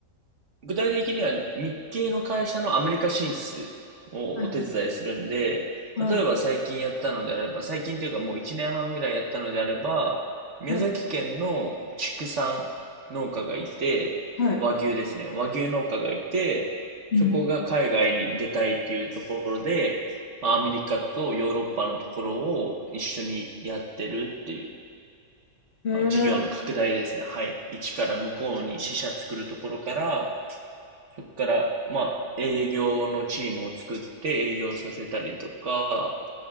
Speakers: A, on the right (about 55°); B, on the left (about 50°).
A: 具体的には日系の会社のアメリカ進出をお手伝いするんで、
B: はいはい。
A: 例えば最近やったのであれば、最近というかもう1年半ぐらいやったのであれば、宮崎県の畜産農家がいて、
B: はい。はい。
A: 和牛ですね。和牛農家がいて、
B: うん。
A: そこが海外に出たいっていうところで、まあ、アメリカとヨーロッパのところを一緒にやってるっていう、
B: へえ
A: まあ、事業の拡大ですね。はい。一から向こうに支社作るところから、そっから、まあ、営業のチームを作って営業させたりとか、